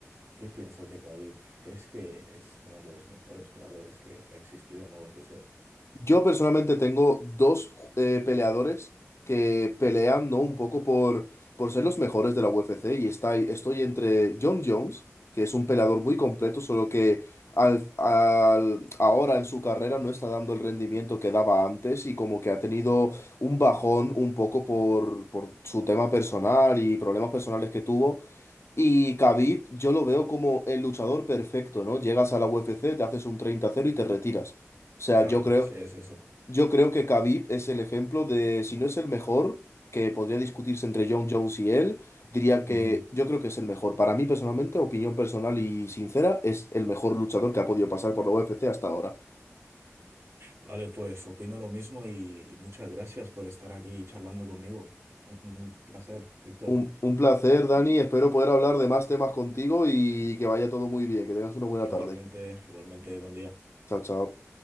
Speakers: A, on the right; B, on the left.
A: ¿Qué piensas de Khabib? ¿Crees que es uno de los mejores peleadores que ha existido en la UFC?
B: Yo personalmente tengo dos eh, peleadores que pelean, ¿no? Un poco por, por ser los mejores de la UFC y está, estoy entre John Jones, que es un peleador muy completo, solo que al, al- ahora en su carrera no está dando el rendimiento que daba antes y como que ha tenido un bajón un poco por, por su tema personal y problemas personales que tuvo. Y Khabib, yo lo veo como el luchador perfecto, ¿no? Llegas a la UFC, te haces un 30-0 y te retiras. O sea,
A: Claro,
B: yo creo,
A: sí es eso.
B: yo creo que Khabib es el ejemplo de, si no es el mejor, que podría discutirse entre John Jones y él, diría que
A: Ujú.
B: yo creo que es el mejor. Para mí personalmente, opinión personal y sincera, es el mejor luchador que ha podido pasar por la UFC hasta ahora.
A: Vale, pues opino lo mismo y, y muchas gracias por estar aquí charlando conmigo. Un, un placer, Víctor.
B: Un, un placer, Dani. Espero poder hablar de más temas contigo y que vaya todo muy bien. Que tengas una buena
A: Igualmente,
B: tarde.
A: igualmente, buen día.
B: Chao, chao.